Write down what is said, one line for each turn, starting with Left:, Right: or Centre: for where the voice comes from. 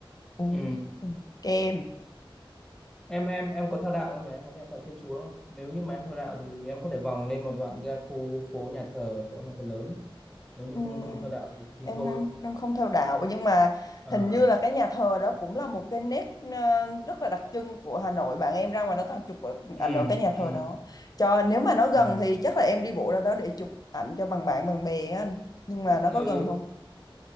Left: bún
Centre: ừ
Left: ừ, kem.
Centre: em em em có theo đạo không nhỉ em có theo đạo Thiên Chúa không nếu như mà em theo đạo thì em có thể vòng lên một đoạn ra khu phố nhà thờ chỗ nhà thờ lớn ấy. nếu như
Left: Ừm,
Centre: không không theo đạo thì thì
Left: em
Centre: thôi
Left: em em không theo đạo nhưng mà
Centre: Ờ,
Left: hình như là cái nhà thờ đó cũng là một cái nét ờ, rất là đặc trưng của Hà Nội bạn em ra ngoài đó toàn chụp ở-
Centre: ừ
Left: ảnh ở cái nhà
Centre: ừ
Left: thờ đó cho nếu mà nó gần
Centre: ừ
Left: thì chắc là em đi bộ ra đó để chụp ảnh cho bằng bạn bằng bè á anh nhưng mà
Centre: ừ
Left: nó có gần không